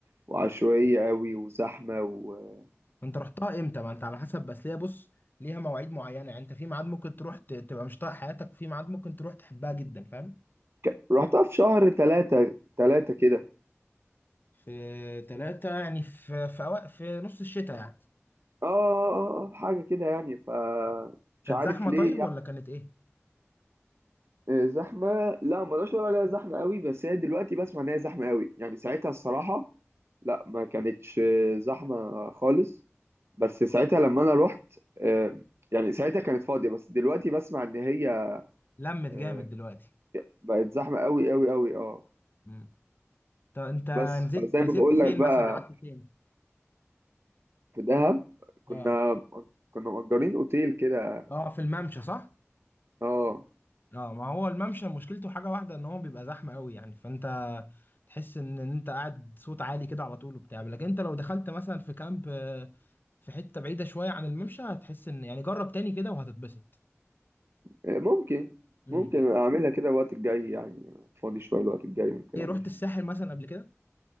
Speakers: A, on the right (about 60°); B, on the left (about 45°).
A: وعشوائية قوي وزحمة و...
B: أنت رحتها إمتى؟ ما أنت على حسب بس ليها بص ليها مواعيد معينة يعني أنت في ميعاد ممكن تروح ت... تبقى مش طايق حياتك وفي ميعاد ممكن تروح تحبها جدا فاهم؟
A: ك- رحتها في شهر تلاتة تلاتة كده
B: في تلاتة يعني في في, أوق... في نص الشتاء يعني
A: اه آه، آه، حاجة كده يعني ف مش
B: كانت
A: عارف
B: زحمة
A: ليه
B: طيب
A: يعني
B: ولا كانت إيه؟
A: آه، زحمة لا ما اقدرش اقول عليها زحمة قوي بس هي دلوقتي بسمع ان هي زحمة قوي يعني ساعتها الصراحة لا ما كانتش آه، زحمة خالص بس ساعتها لما انا رحت آه، يعني ساعتها كانت فاضية بس دلوقتي بسمع ان هي
B: لمت
A: آه،
B: جامد دلوقتي
A: بقت زحمة قوي قوي قوي اه
B: مم. طب انت بس
A: بس
B: نزلت
A: فزي ما
B: نزلت
A: بقول
B: فين
A: لك بقى
B: مثلا قعدت فين
A: في دهب كنا
B: اه
A: كنا مأجرين اوتيل كده
B: اه في الممشى صح
A: اه
B: اه ما هو الممشى مشكلته حاجه واحده ان هو بيبقى زحمه قوي يعني فانت تحس ان إن انت قاعد صوت عالي كده على طول وبتاع لكن انت لو دخلت مثلا في كامب آه، في حته بعيده شويه عن الممشى هتحس ان يعني جرب تاني كده وهتتبسط
A: ممكن
B: امم
A: ممكن اعملها كده الوقت الجاي يعني فاضي شويه الوقت الجاي ممكن
B: ايه
A: اعملها
B: رحت الساحل مثلا قبل كده